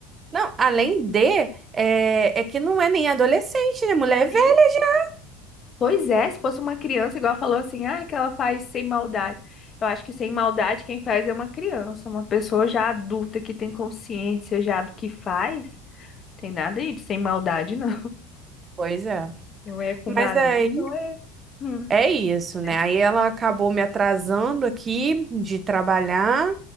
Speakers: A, on the right; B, on the left.
A: Não, além de, é, é que não é nem adolescente, né? Mulher é velha.
B: Sim. Pois é, se fosse uma criança, igual ela falou assim, ai, que ela faz sem maldade. Eu acho que sem maldade quem faz é uma criança, uma pessoa já adulta que tem consciência já do que faz. Tem nada aí de sem maldade, não.
A: Pois é.
B: Não é com
A: Mas
B: malícia,
A: aí.
B: não é. Hum,
A: É isso,
B: né?
A: né? Aí ela acabou me atrasando aqui de trabalhar